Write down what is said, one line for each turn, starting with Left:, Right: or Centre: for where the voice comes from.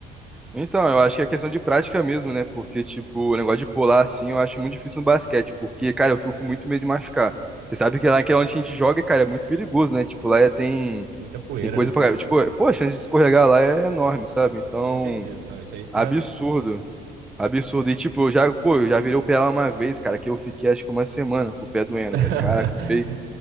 Centre: Então, eu acho que é questão de prática mesmo, né? Porque, tipo, o negócio de pular assim, eu acho muito difícil no basquete, porque, cara, eu fico com muito medo de machucar. Você sabe que lá que é onde a gente joga, cara, é muito perigoso, né? Tipo, lá é- tem,
Right: Muita poeira,
Centre: tem coisa
Right: né?
Centre: pra. Tipo, pô, a chance de escorregar lá é enorme, sabe? Então,
Right: Com certeza. Não, isso aí você
Centre: absurdo.
Right: tem razão.
Centre: Absurdo. E, tipo, eu já, pô, eu já virei o pé lá uma vez, cara, que eu fiquei acho que uma semana com o pé doendo,
Right: <laughs>
Centre: velho. Caraca, foi,